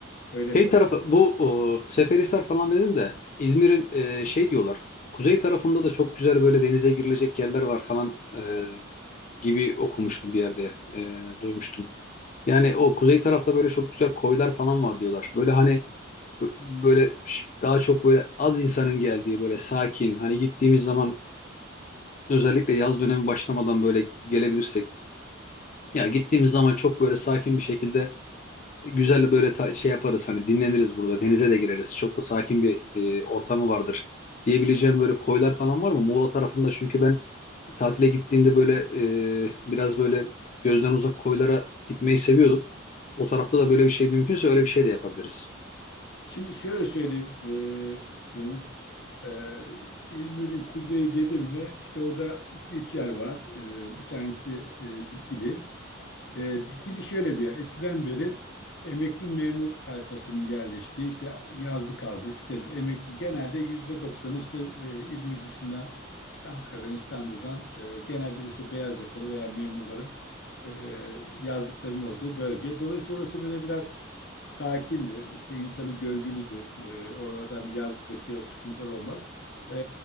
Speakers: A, on the left; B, on the left.
A: Öyle yaparız
B: Şey tarafı
A: yani.
B: bu o, Seferihisar falan dedin de İzmir'in e, şey diyorlar. Kuzey tarafında da çok güzel böyle denize girilecek yerler var falan e, gibi okumuştum bir yerde e, duymuştum. Yani o kuzey tarafta böyle çok güzel koylar falan var diyorlar. Böyle hani b- böyle ş- daha çok böyle az insanın geldiği böyle sakin. Hani gittiğimiz zaman özellikle yaz dönemi başlamadan böyle gelebilirsek. Ya gittiğimiz zaman çok böyle sakin bir şekilde güzel böyle ta- şey yaparız. Hani dinleniriz burada. Denize de gireriz. Çok da sakin bir e, ortamı vardır. Diyebileceğim böyle koylar falan var mı? Muğla tarafında çünkü ben tatile gittiğimde böyle e, biraz böyle gözden uzak koylara gitmeyi seviyordum. O tarafta da böyle bir şey mümkünse öyle bir şey de yapabiliriz.
A: Şimdi şöyle söyleyeyim e, canım. E, İzmir'in kuzeyi dedim mi işte orada iki üç yer var. E, bir tanesi e, Dikili. E, Dikili şöyle bir yer. Eskiden beri emekli memur tayfasının yerleştiği işte yazlık kaldı sitedir. Emekli genelde yüzde doksanı işte e, İzmir dışından işte Ankara'dan İstanbul'dan e, genelde de işte beyaz yakalı veya memurların e, yazlıkların olduğu bölge. Dolayısıyla orası böyle biraz sakindir. İşte insanı gölgülüdür. E, oralarda hani yazlıktaki o sıkıntılar olmaz. E,